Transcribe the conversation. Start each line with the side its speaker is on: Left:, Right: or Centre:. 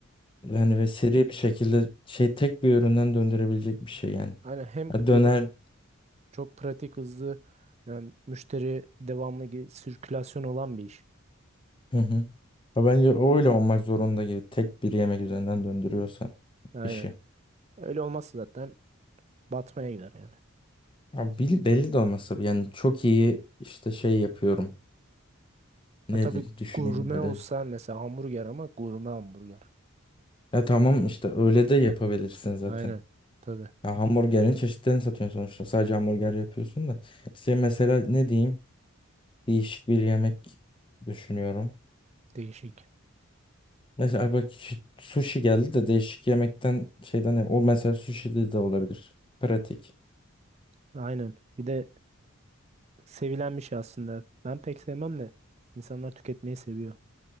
Left: yani ve seri bir şekilde şey tek bir üründen döndürebilecek bir şey yani.
Right: Aynen hem
Left: Ha, döner.
Right: dedi çok pratik, hızlı yani müşteri devamlı gi- sirkülasyon olan bir iş.
Left: Hı hı. Ha, bence öyle olmak zorunda gibi tek bir yemek üzerinden döndürüyorsa
Right: Aynen.
Left: işi.
Right: Öyle olmazsa zaten batmaya gider yani.
Left: Abi bil- belli de olmasa bile yani çok iyi işte şey yapıyorum. Nedir
Right: Ha, tabii
Left: düşüneyim
Right: gurme
Left: böyle.
Right: olsan mesela hamburger ama gurme hamburgerci.
Left: Ya tamam işte öyle de yapabilirsin zaten.
Right: Aynen. Tabii.
Left: Ya hamburgerin çeşitlerini satıyorsun sonuçta. Sadece hamburger yapıyorsun da. İşte mesela ne diyeyim? Değişik bir yemek düşünüyorum.
Right: Değişik.
Left: Mesela bak şi- sushi geldi de değişik yemekten şeyden o mesela sushi de, de olabilir. Pratik.
Right: Aynen. Bir de Sevilen bir şey aslında. Ben pek sevmem de insanlar tüketmeyi seviyor.